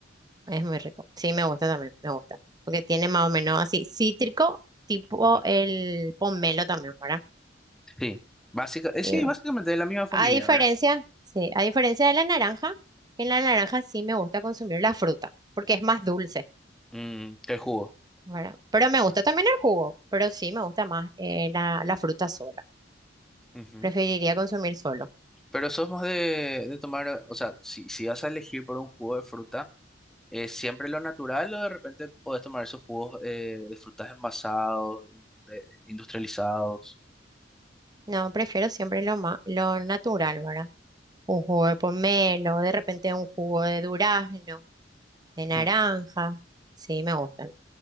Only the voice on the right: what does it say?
es muy rico. Sí, me gusta también, me gusta. Porque tiene más o menos así cítrico, tipo
el pomelo también, ¿verdad?
Y,
A diferencia,
sí, a diferencia de la naranja, en la naranja sí me gusta consumir la fruta, porque es más dulce,
¿verdad? Pero me gusta también el jugo, pero sí me gusta más eh, la, la fruta sola.
Preferiría consumir solo.
No, prefiero siempre lo ma- lo natural, ¿verdad? Un jugo de pomelo, de repente un jugo de durazno, de naranja.
Sí, me gustan